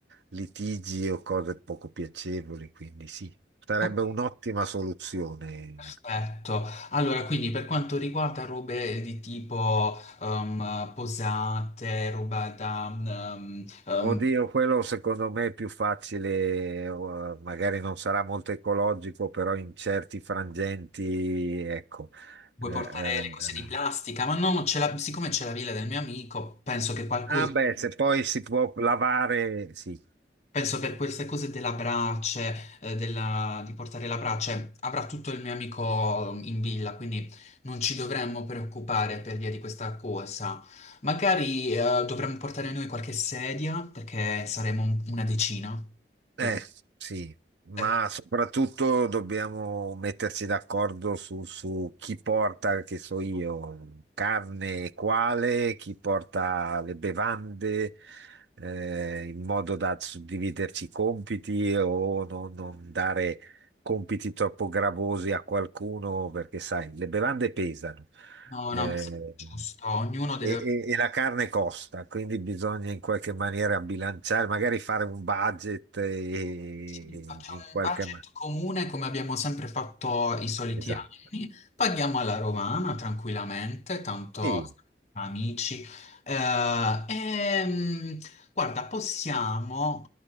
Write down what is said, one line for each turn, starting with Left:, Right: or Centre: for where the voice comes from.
Right: litigi o cose poco piacevoli, quindi sì, sarebbe
Left: Ok,
Right: un'ottima soluzione.
Left: Perfetto. Allora, quindi per quanto riguarda robe di tipo ehm, posate, roba da... ehm, ehm,
Right: Oddio, quello secondo me è più facile, eh, magari non sarà molto ecologico, però in certi frangenti, ecco.
Left: Vuoi
Right: Eh,
Left: portare
Right: eh, eh.
Left: le cose di plastica? Ma no, ce la- siccome c'è la villa del mio amico, penso che qualcosa...
Right: ah beh, se poi si può lavare, sì,
Left: Penso per queste cose della brace, eh, della- di portare la brace, avrà tutto il mio amico mm, in villa, quindi non ci dovremmo preoccupare per via di questa cosa. Magari, eh, dovremmo portare noi qualche sedia, perché saremo un- una decina. Quindi,
Right: Eh, sì, ma
Left: ecco,
Right: soprattutto dobbiamo metterci d'accordo su, su chi porta, che so io, carne e quale, chi porta le bevande, eh, in modo da suddividerci i compiti o non, non dare compiti troppo gravosi a qualcuno, perché sai, le bevande pesano.
Left: no,
Right: Mm.
Left: no,
Right: Eh,
Left: mi sembra giusto. Ognuno deve
Right: e, e- e la carne costa, quindi bisogna in qualche maniera bilanciare, magari fare un budget eh, e,
Left: Sì,
Right: e-
Left: facciamo
Right: in qualche
Left: un budget
Right: maniera.
Left: comune come abbiamo sempre fatto i soliti
Right: Esatto.
Left: anni, paghiamo alla romana tranquillamente, tanto
Right: Sì,
Left: siamo amici. Eh, ehm, guarda, possiamo,